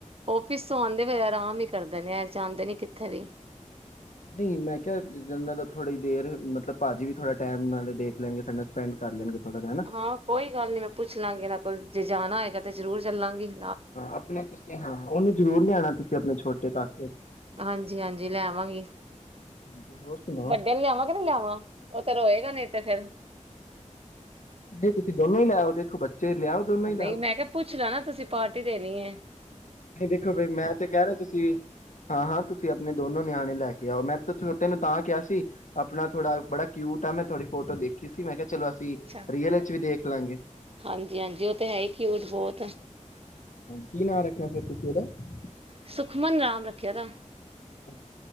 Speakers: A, on the right; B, on the left.
A: ਔਫੀਸ ਤੋ ਆਉਦੇ ਵਗੈਰਾ ਵੀ ਕਰਦੇ ਨੇ ਜਾਦੇ ਨੇ ਕਿੱਥੇ ਦੀ
B: ਨੀ, ਮੈਂ ਕਿਹਾ ਮਤਲਬ ਥੋੜੀ ਦੇਰ, ਮਤਲਬ ਭਾਜੀ ਵੀ ਥੋੜਾ ਟਾਈਮ, ਨਾਲੇ ਦੇਖ ਲੈਣਗੇ। ਸਾਡੇ ਨਾਲ ਸਪੈਂਡ ਕਰ ਲੈਣਗੇ। ਥੋੜ੍ਹਾ ਜਿਹਾ ਹਨਾ
A: ਹਾਂ ਕੋਈ ਗੱਲ ਨੀ ਮੈਂ ਪੁੱਛ ਲਾ ਗੀ ਇਹਨਾ ਕੋਲ ਜੇ ਜਾਣਾ ਹੋਏਗਾ ਤਾਂ ਜਰੂਰ ਚਲਾਂਗੀ।
B: ਆਪਣੇ ਪਿੱਛੇ ਹਾਂ। ਉਹਨੂੰ ਜ਼ਰੂਰੀ ਲੇਹ ਆਉਣਾ ਕਿਤੇ ਆਪਣੇ ਛੋਟੇ ਕਾਕੇ
A: ਹਾਂਜੀ-ਹਾਂਜੀ ਲੈਵਾਂਗੀ
B: ਹਾਂਜੀ ਹੋਰ ਸੁਣਾਓ
A: ਵੱਡੇ ਨੂੰ ਲਿਆਵਾਂ ਕਿ ਨਾ ਲਿਆਵਾਂ। ਉਹ ਤਾਂ ਰੋਏ ਨਹੀ ਤਾਂ ਫਿਰ
B: ਜੇ ਕਿਤੇ ਦੋਵੇਂ ਹੀ ਲੇਹ ਆਯੋ ਦੇਖੋ ਬੱਚੇ ਲਿਆਓ ਦੋਨੋਂ ਹੀ ਲੈਓ
A: ਨਹੀਂ, ਮੈਂ ਕਿਹਾ, ਪੁੱਛ ਲਾ ਨਾ ਕਿ ਤੁਸੀਂ ਪਾਰਟੀ ਦੇਣੀ ਏ।
B: ਦੇਖੋ ਭਈ ਮੈਂ ਤੇ ਕਹਿ ਹਿਹਾ ਤੁਸੀਂ, ਹਾਂ - ਹਾਂ ਤੁਸੀਂ ਆਪਣੇ ਦੋਵੇਂ ਨਿਆਣੇਂ ਦੇ ਕੇ ਆਉ ਮੈਂ ਤੇ ਛੋਟੇ ਨੂੰ ਤਾਂ ਕਿਹਾ ਸੀ। ਆਪਣਾ ਥੋਡਾ ਬੜਾ ਕਿਯੂਟ ਆ ਮੈਂ ਤੁਹਾਡੀ ਦੇਖੀ ਸੀ ਮੈਂ ਕਿਹਾ ਚਲੋ ਅਸੀਂ
A: ਅੱਛਾ
B: ਰੀਅਲ ਵਿੱਚ ਵੀ ਦੇਖ ਲਾਂਗੇ
A: ਹਾਂਜੀ ਹਾਂਜੀ ਉਹ ਤੇ ਹੈ ਹੀ ਕਿਯੂਟ ਬੋਤ
B: ਕਿ ਨਾਂ ਰੱਖ <unintelligible>
A: ਸੁਖਮਨ ਨਾਮ ਰੱਖਿਆ ਏਦਾ।
B: ਤੇ